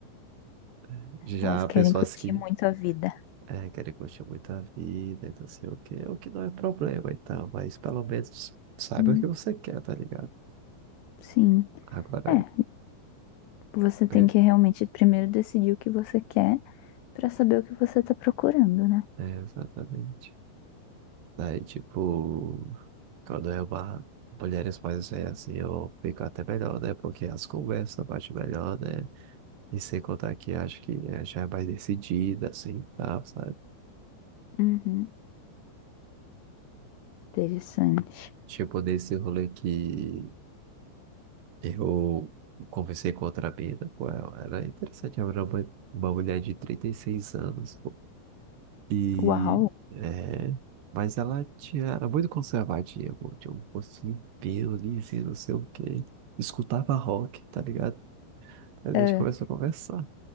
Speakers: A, on the right; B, on the left.
A: <laughs> Já
B: elas querem
A: pessoas
B: curtir
A: que
B: muito a vida.
A: é, querem curtir muito a vida e não sei o quê, o que não é problema então, mas pelo menos saiba
B: Hum,
A: o que você quer, tá ligado?
B: sim.
A: Agora,
B: É, Você tem
A: é,
B: que realmente primeiro decidir o que você quer pra saber o que você tá procurando, né?
A: é, exatamente. Daí, tipo, quando é uma mulheres mais velhas assim, eu fico até melhor, né? Porque as conversas batem melhor, né? E sem contar que acho que né, já é mais decidida, assim, tá tal, sabe?
B: Uhum. Interessante.
A: Tipo, nesse rolê que eu conversei com outra mina, com ela, era interessante, ela era uma, uma mulher de 36 anos, pô. E,
B: Uau!
A: é... Mas ela tinha, era muito conservadinha, pô. Tinha um rostinho limpinho, lisinho, não sei o quê escutava rock, tá ligado? Mas
B: É,
A: a gente começou a conversar.